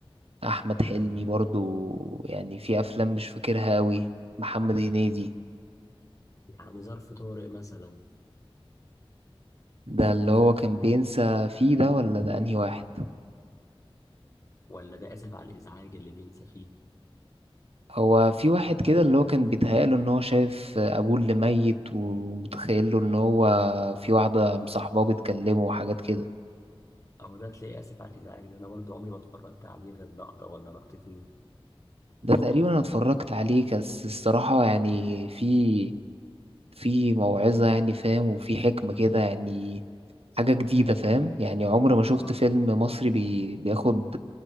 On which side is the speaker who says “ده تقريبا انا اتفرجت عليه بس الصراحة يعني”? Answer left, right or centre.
Right